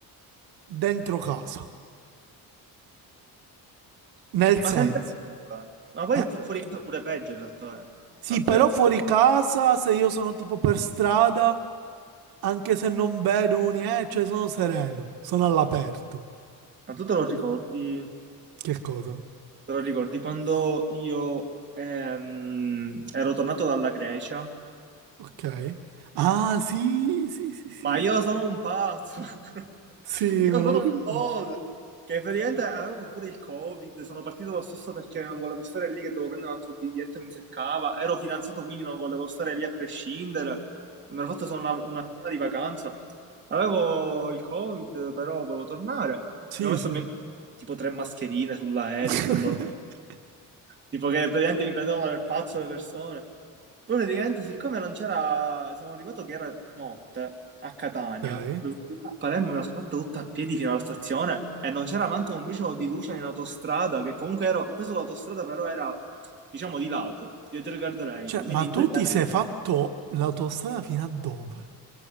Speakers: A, on the right (about 80°); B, on the right (about 30°).
A: dentro casa. Nel
B: ma
A: senso,
B: sempre più, eh. Ma poi
A: eh,
B: fu- fuori casa pure peggio in realtà, eh.
A: sì,
B: Alcune
A: però
B: volte.
A: fuori casa, se io sono tipo per strada, anche se non vedo niente, cioè sono sereno, sono all'aperto.
B: Ma tu te lo ricordi?
A: Che cosa?
B: Te lo ricordi quando io ehm, ero tornato dalla Grecia?
A: Ok. Ah, sì, sì, sì, sì.
B: Ma io sono un pazzo, <laughs>
A: Sì, me
B: io sono
A: lo ricordo.
B: un folle, che praticamente avevo pure il Covid, sono partito lo stesso perché non volevo stare lì che dovevo prendere un altro biglietto e mi seccava, ero fidanzato quindi non volevo stare lì a prescindere, mi ero fatto solo una, una settimana di vacanza, avevo il Covid però volevo tornare, mi
A: Sì,
B: sono messo
A: sì.
B: ovviamente tipo tre mascherine sull'aereo,
A: <laughs>
B: bello, tipo che praticamente mi prendevano per pazzo le persone. Poi praticamente, siccome non c'era, siamo arrivato che era notte a Catania,
A: Ok.
B: dovevo arrivare a Palermo, me la sono fatta tutta a piedi fino alla stazione e non c'era manco un briciolo di luce in autostrada, che comunque ero, ho preso l'autostrada, però era, diciamo, di lato, dietro il guardrail,
A: Cioè,
B: quindi
A: ma
B: in
A: tu
B: teoria
A: ti
B: ero-
A: sei
B: tranquillo.
A: fatto l'autostrada fino a dove?